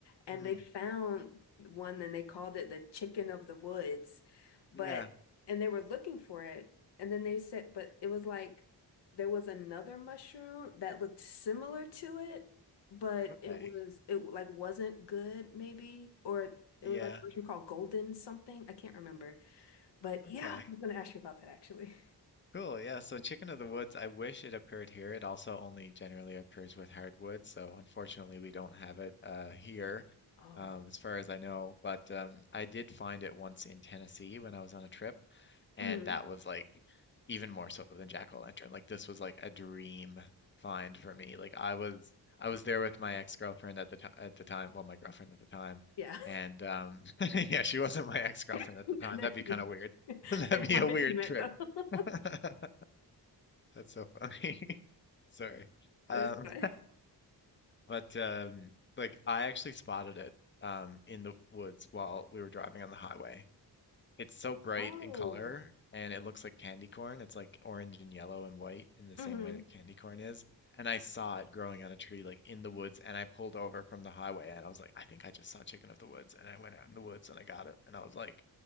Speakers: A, on the left; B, on the left.
A: and
B: mm,
A: they found one and they called it the chicken of the woods but
B: yeah
A: and they were looking for it and then they said but it was like there was another mushroom that looked similar to it but
B: okay
A: it was it like wasn't good maybe or it
B: yeah
A: was like a mushroom called golden something I can't remember but
B: okay
A: yeah, I was going to ask you about that actually.
B: cool yeah so chicken of the woods I wish it occurred here it also only generally occurs with hardwood so unfortunately we don't have it uh here
A: Oh,
B: um as far as I know but um I did find it once in Tennessee when I was on a trip and
A: Mm,
B: that was like Even more so than jack o like, this was, like, a dream find for me, like, I was I was there with my ex-girlfriend at the ti at the time well, my girlfriend at the time,
A: yeah.
B: and, um <laughs> yeah, she wasn't my ex-girlfriend
A: <laughs>
B: at the time,
A: And then
B: that'd be kinda
A: you,
B: weird.
A: <laughs>
B: <laughs> That'd
A: I got
B: be a
A: what
B: weird
A: you meant
B: trip.
A: though. <laughs>
B: <laughs> That's so funny. <laughs> Sorry.
A: That's
B: Um,
A: good.
B: but, um, like, I actually spotted it, um, in the woods while we were driving on the highway. It's so bright
A: oh,
B: in color and it looks like candy corn. It's like orange and yellow and white in the same
A: hmm
B: way that candy corn is. And I saw it growing on a tree like in the woods and I pulled over from the highway and I was like, I think I just saw chicken of the woods. And I went out in the woods and I got it. And I was like,